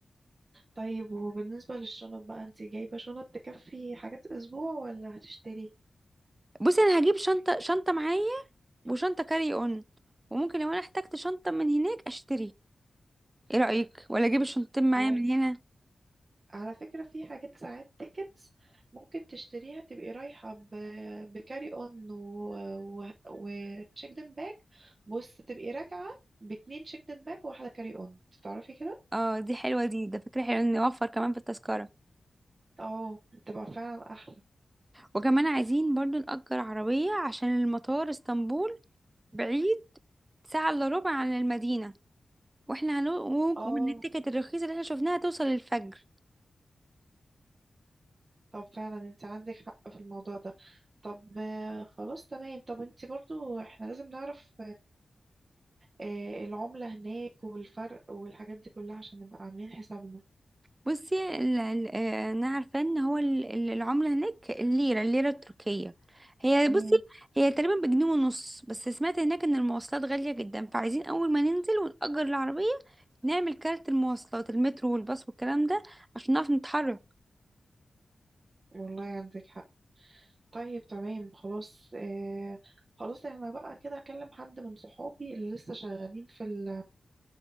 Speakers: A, on the right (about 35°); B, on the right (about 20°).
A: طيب وبالنسبه للشنط بقى انت جايبه شنط تكفي حاجات اسبوع ولا هتشتري
B: بصي أنا هجيب شنطة شنطة معايا وشنطة كاري أون وممكن لو أنا احتجت شنطة من هناك أشتري إيه رأيك ولا أجيب الشنطتين معايا
A: اه
B: من هنا
A: على فكره في حاجات ساعات تيكتس ممكن تشتريها تبقي رايحه ب... بكاري اون و... و... وتشيكدن باج بص تبقي راجعه باتنين شيكدن باج وواحده كاري اون تعرفي كده
B: اه دي حلوة دي ده فكرة حلوة إن نوفر كمان في التذكرة
A: اه بتبقى فعلا احلى.
B: وكمان عايزين برضو نأجر عربية عشان المطار اسطنبول بعيد ساعة إلا ربع عن المدينة واحنا هنو...
A: اه
B: والتيكت الرخيصة اللي احنا شفناها توصل الفجر
A: طب فعلا انت عندك حق في الموضوع ده طب آه، خلاص تمام طب انت برضو احنا لازم نعرف آه، العملة هناك والفرق والحاجات دي كلها عشان نبقى عاملين حسابنا
B: بصي ال- ال- آه، انا عارفه ان هو ال- ال- العمله هناك الليره الليره التركيه هي
A: امم
B: بصي هي تقريبا بجنيه ونص بس سمعت هناك ان المواصلات غاليه جدا فعايزين اول ما ننزل ونأجر العربيه نعمل كارت المواصلات المترو والباص والكلام ده عشان نعرف نتحرك
A: والله عندك حق طيب تمام خلاص اه خلاص احنا بقى كده اكلم حد من صحابي اللي لسه شغالين في ال-